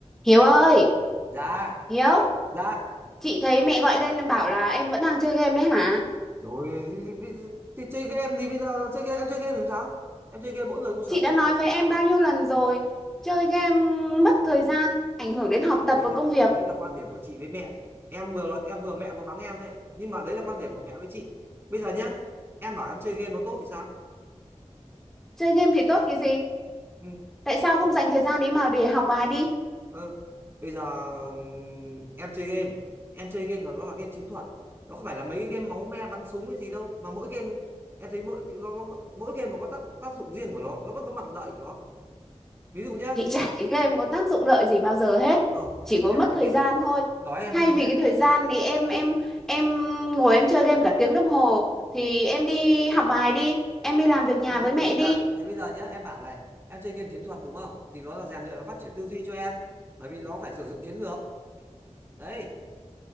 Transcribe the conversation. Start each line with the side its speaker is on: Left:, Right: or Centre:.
Centre: Hiếu ơi,
Right: dạ
Centre: Hiếu,
Right: dạ
Centre: chị thấy mẹ gọi lên em bảo là em vẫn đang chơi game đấy hả?
Right: rồi thì, chơi game thì bây giờ chơi game em chơi game thì làm sao em chơi game mỗi người có một sở
Centre: Chị
Right: thích
Centre: đã nói với em bao nhiêu lần rồi, chơi game mất thời gian, ảnh hưởng đến học tập
Right: đấy
Centre: và
Right: là
Centre: công việc.
Right: đấy là quan điểm của chị với mẹ em vừa nói em vừa mẹ vừa mắng em đây nhưng mà đấy là quan điểm của mẹ với chị bây giờ nhá em bảo em chơi game nó tốt thì sao
Centre: Chơi game thì tốt cái gì?
Right: ừ,
Centre: Tại sao không dành thời gian ấy mà để học bài đi?
Right: ừ. bây giờ ừm, em chơi game em chơi game là nó là game chiến thuật nó không phải là mấy cái game máu me bắn súng hay gì đâu mà mỗi game em thấy mỗi nó, nó mỗi game mà có tác tác dụng riêng của nó nó vẫn có mặt lợi của nó ví dụ nhá
Centre: Chị chả thấy game có tác dụng lợi gì bao giờ hết,
Right: Ờ,
Centre: chỉ có
Right: em
Centre: mất
Right: không
Centre: thời
Right: nghe
Centre: gian thôi.
Right: chị nói em
Centre: Thay
Right: không
Centre: vì
Right: nghe à?
Centre: cái thời gian thì em em em ngồi em chơi game cả tiếng đồng hồ thì em đi học bài đi, em đi làm việc nhà
Right: bây giờ
Centre: với mẹ
Right: thế bây
Centre: đi.
Right: giờ thế bây giờ nhá em bảo này em chơi game chiến thuật đúng không thì nó là rèn luyện và phát triển tư duy cho em bởi vì nó phải sử dụng chiến lược đấy